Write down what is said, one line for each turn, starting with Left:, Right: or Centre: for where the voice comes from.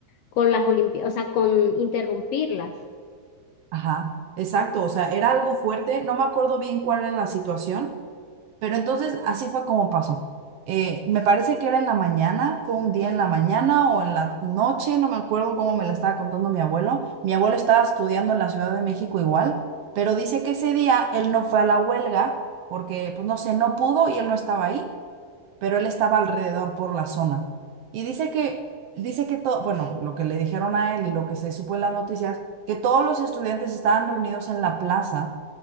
Left: con las Olimpiadas, o sea, con interrumpirlas.
Right: ajá, exacto, o sea, era algo fuerte, no me acuerdo bien cuál era la situación Pero entonces así fue como pasó. Eh, me parece que era en la mañana, fue un día en la mañana o en la noche, no me acuerdo cómo me la estaba contando mi abuelo. Mi abuelo estaba estudiando en la Ciudad de México igual, pero dice que ese día él no fue a la huelga porque, pues no sé, no pudo y él no estaba ahí, pero él estaba alrededor por la zona. Y dice que, dice que todo, bueno, lo que le dijeron a él y lo que se supo en las noticias, que todos los estudiantes estaban reunidos en la plaza,